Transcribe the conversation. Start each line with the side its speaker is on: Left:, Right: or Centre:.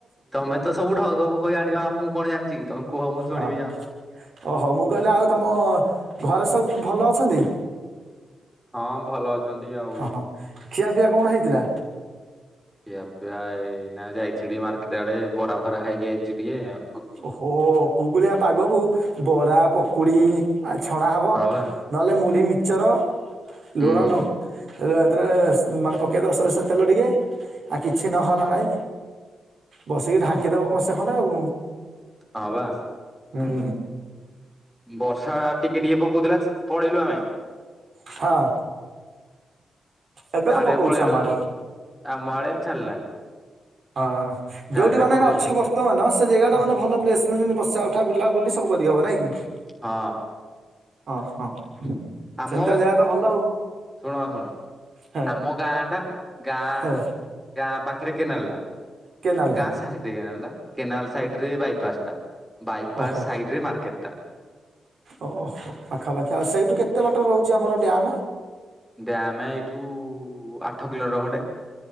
Centre: ତମେ ତ ସବୁ ଢଗ କହି ଜାଣିଛ, ଆ ମୁଁ କଣ ଜାଣିଛି କି ତମେ କୁହ ମୁ ଶୁଣିବି
Right: ହଁ
Centre: ଆଉ
Right: ଓହୋ ମୁଁ କହିଲି ଆଉ ତମ ଘରେ ସବୁ ଭଲ ଅଛନ୍ତି।
Centre: ହଁ, ଭଲ ଅଛନ୍ତି ଆଉ।
Right: ଓହୋ ଖିଆପିଆ କଣ ହେଇଥିଲା?
Centre: ଖିଆ ପିଆ ଏଇନା ଯାଇଥିଲୁ ଟିକେ ମାର୍କେଟ ଆଡେ ବରା ଫରା ଖାଇକି ଯାଇଛୁ ଟିକେ ଆ।
Right: ଓହୋ କୁଗୁଳିଆ ପାଗକୁ ବରା ପକୁଡି ଆ ଛଣା ହେବ
Centre: ହଁ ବା
Right: ନହେଲେ ମୁଢ଼ି ମିିକଚର
Centre: ହୁଁ
Right: ଲୁଣ ଲ ରେ ସ୍ ମାନେ ପକେଇଦେବ ସୋରିଷ ତେଲ ଟିକେ। ଆଉ କିଛି ନହେଲା ନାଇଁ ବସିକି ଢାଙ୍କିଦବ କଂସେ ଖଣ୍ଡେ ଆଉ।
Centre: ହ ବା।
Right: ହୁଁ।
Centre: ବର୍ଷା ଟିକେ ଟିକେ ପକଉଥିଲା ଚ୍ ପଳେଇଲୁ ଆମେ।
Right: ହଁ। ଏବେ
Centre: ଗାଡିରେ
Right: ତ ପକଉଛି
Centre: ପଳେଇଲୁ
Right: ଆମ
Centre: ଆଉ
Right: ଆଡେ
Centre: ଆମ ଆଡେ ଏ ଛାଡିଲାନି।
Right: ହଁ
Centre: ଗାଡିରେ
Right: ଯୋଉଠି ମାନେ
Centre: ପକେଇ
Right: ଅଛ ବର୍ତ୍ତମାନ ସେ ଜାଗା ତାମାନେ ଭଲ ପ୍ଲେସ ମାନେ ବସା ଉଠା ବୁଲା ବୁଲି ସବୁ କରି ହବ ନାଇଁ କି
Centre: ହଁ।
Right: ଓହଁ।
Centre: ଆମ
Right: ସେମିତି ଜାଗା ତ ଭଲ ଆଉ।
Centre: ଶୁଣ ଶୁଣ
Right: ହେ
Centre: ଆମ ଗାଁ ଟା ଗାଁ
Right: ହେ
Centre: ଗାଁ ପାଖ ପାଖରେ କେନାଲଟା
Right: କେନାଲ ଟା
Centre: ଗାଁ ସାଇଡ କେନାଲ ଟା କେନାଲ ସାଇଡ ରେ ବାଇପାସ୍ ଟା ବାଇପାସ୍
Right: ଓହୋ
Centre: ସାଇଡ ରେ ମାର୍କେଟ ଟା
Right: ଓହୋ ପାଖାପାଖି ଆଉ ସେଇଠୁ କେତେ ବାଟ ରହୁଛି ଆମର ଡ୍ୟାମ୍?
Centre: ଡ୍ୟାମେ ଏଇଠୁ ଆଠ କିଲୋମିଟର ଖଣ୍ଡେ